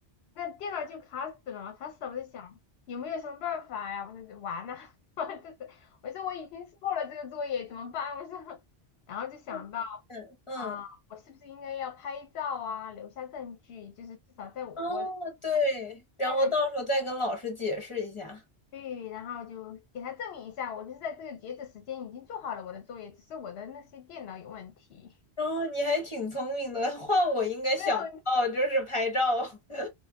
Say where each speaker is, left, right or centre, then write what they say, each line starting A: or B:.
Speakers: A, on the left; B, on the left.
A: 那电脑就卡死了嘛，卡死了，我在想有没有什么办法呀？我说完了，<laughs> 我这是我说我已经做了这个作业，怎么办？我说，然后就想到
B: 那嗯嗯。
A: 啊，我是不是应该要拍照啊，留下证据，就是至少在我我在
B: 哦，对，然后到时候再跟老师解释一下。
A: 那个区然后就给他证明一下，我就是在这个截止时间已经做好了我的作业，只是我的那些电脑有问题。
B: 哦，你还挺聪明的，换我应该想不到，
A: <laughs> 没有。
B: 就是拍照。<laughs>